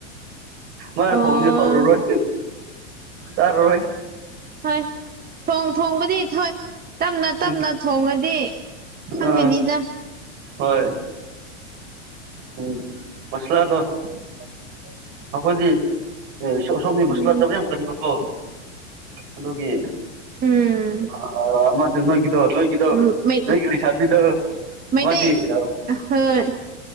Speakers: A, on the right; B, on the right.
A: ꯃꯥ
B: ꯑꯣ
A: ꯊꯣꯡꯕꯗꯤ ꯍꯥꯎꯔꯔꯣꯏ ꯆꯥꯔꯔꯣꯢ
B: ꯍꯣꯏ ꯊꯣꯡ ꯊꯣꯡꯕꯗꯤ ꯊꯣꯏ ꯇꯞꯅ ꯇꯞꯅ
A: ꯎꯝ
B: ꯊꯣꯡꯂꯗꯤ ꯈꯪꯉꯅꯤꯗ
A: ꯑꯥ ꯍꯣꯏ ꯎꯝ ꯃꯥꯁꯂꯗꯣ
B: <inaudible>
A: ꯑꯩꯈꯣꯏꯗꯤ ꯑꯁꯣꯝꯒꯤ ꯃꯨꯁꯂ
B: ꯎꯝ
A: ꯆꯕꯥ ꯌꯥꯝ ꯀꯟꯕꯀꯣ ꯑꯗꯨꯒꯤ
B: ꯎꯝ
A: ꯑꯥ ꯃꯥꯗꯣ ꯅꯣꯏꯒꯤꯗꯣ ꯏꯗꯣ
B: ꯎꯝ ꯃꯩ
A: ꯅꯣꯏꯒꯤ ꯂꯩꯁꯕꯤꯗꯣ
B: ꯃꯩꯇꯩ
A: ꯃꯥꯗꯤ ꯑꯥ
B: ꯍꯣꯏ